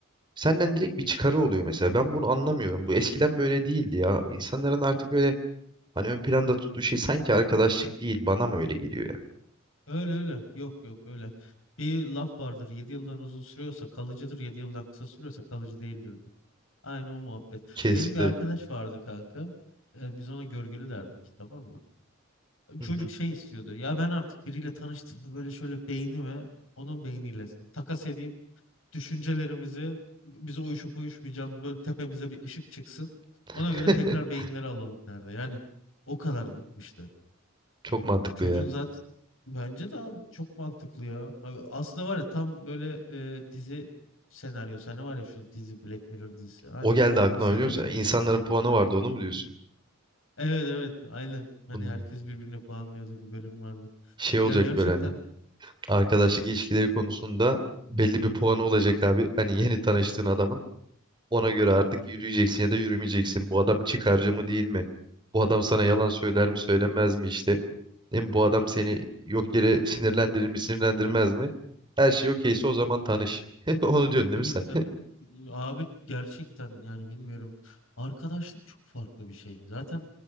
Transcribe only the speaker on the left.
Öyle öyle. Yok yok öyle. Bir laf vardır. 7 yıldan uzun sürüyorsa kalıcıdır. 7 yıldan kısa sürüyorsa kalıcı değildir Aynı o muhabbet.
Benim bir arkadaş vardı kanka. E, biz ona görgülü derdik tamam mı?
Çocuk
şey istiyordu. Ya ben artık biriyle tanıştığımda böyle şöyle beynimi onun beyniyle takas edeyim. Düşüncelerimizi bize uyuşup uyuşmayacağımız böyle tepemize bir ışık çıksın.
Ona göre tekrar beyinleri alalım derdi. Yani o kadar bıkmıştı.
Çocuğun
zaten bence de abi, çok mantıklı ya. Abi Aslında var ya tam böyle e, dizi senaryosu. Hani var ya şu dizi Black Mirror dizisi. Aynı
onun gibi
bir senaryo
Evet evet aynen. Hani
herkes birbirine puanlıyordu bir bölüm vardı.
Ya gerçekten
i-
ya- i- abi gerçekten yani bilmiyorum. Arkadaşlık çok farklı bir şey. Zaten